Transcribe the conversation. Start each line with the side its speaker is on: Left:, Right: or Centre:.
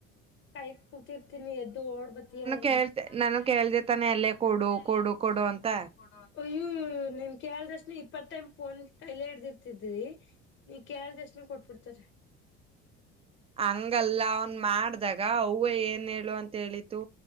Left: ಕಾಯ ಕೂತಿರ್ತೀನಿ ಎದ್ದು. <inaudible> ನಾನು
Right: ಕೇಳ್ತೆ ನಾನು
Left: ಕೇಳಿದೆ
Right: ಕೇಳ್ದ ತಾನೆ ಅಲ್ಲೇ ಕೊಡು
Left: ತಾನೇ ಎಲ್ಲ ಕೊಡು
Right: ಅಂತ
Left: ಕೊಡು ಕೊಡು. ಅಯ್ಯ ನಿನ್ ಕೇಳ್ದಕ್ಷಣ ಇಪ್ಪತ್ ಟೈಮ್ ಫೋನ್ ಕೈಲೆ ಹಿಡ್ದಿರ್ತಿದಿ. ನಿನ್ ಕೇಳಿದಷ್ಟು ಕೊಟ್ಬಿಡ್ತಾರೆ.
Right: ಹಂಗಲ್ಲ ಅವನ್ ಮಾಡ್ದಾಗ ಅವು ಏನ್ ಹೇಳು ಅಂತ ಹೇಳಿತು